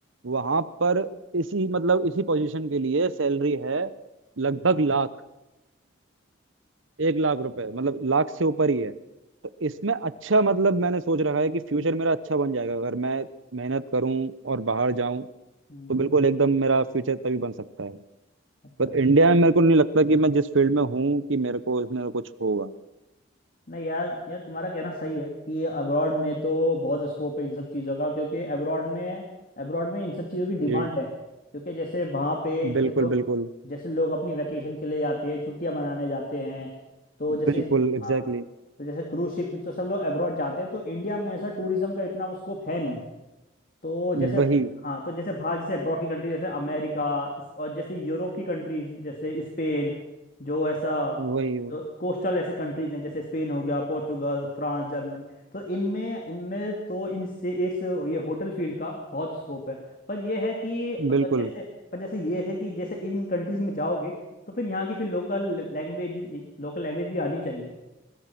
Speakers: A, on the right; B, on the left.
A: वहां पर इसी मतलब इसी पोजीशन के लिए सैलरी है लगभग लाख एक लाख रुपए मतलब लाख से ऊपर ही है तो इसमें अच्छा मतलब मैंने सोच रखा है कि फ्यूचर मेरा अच्छा बन जाएगा अगर मैं मेहनत करूं और बाहर जाऊं
B: हम्म
A: तो बिल्कुल एकदम मेरा फ्यूचर तभी बन सकता है
B: अच्छा।
A: पर इंडिया में मेरे को नहीं लगता कि मैं जिस फील्ड में हूँ कि मेरे को इसमें कुछ होगा
B: नहीं यार यार तुम्हारा कहना सही है कि अब्रॉड में तो बहुत स्कोप है इन सब चीज़ों का क्योंकि अब्रॉड में अब्रॉड में इन सब चीज़ों की डिमांड
A: जी
B: है क्योंकि जैसे वहाँ पे जैसे
A: बिल्कुल
B: लोग
A: बिल्कुल
B: जैसे लोग अपनी वैकेशन के लिए जाते हैं छुट्टियाँ मनाने जाते हैं तो जैसे
A: बिल्कुल
B: हाँ
A: एग्जैक्टली
B: तो जैसे क्रूज शिप तो सब लोग अब्रॉड जाते हैं तो इंडिया में ऐसा टूरिज्म का इतना स्कोप है नहीं तो
A: exactly.
B: जैसे
A: वही
B: हाँ तो जैसे बाहर जैसे अब्रॉड की कंट्री जैसे अमेरिका इस- और जैसे यूरोप की कंट्रीज जैसे स्पेन जो ऐसा
A: वही वही।
B: जो कोस्टल ऐसे कंट्रीज हैं जैसे स्पेन हो गया पोर्चुगल फ्रांस जर्मनी तो इनमें इनमें तो इनसे इस ये होटल फील्ड का बहुत स्कोप है पर ये है कि अगर
A: बिल्कुल
B: जैसे पर जैसे ये है कि जैसे इन कंट्रीज में जाओगे तो फिर यहाँ की फिर लोकल लैंग्वेज लोकल लैंग्वेज भी आनी चाहिए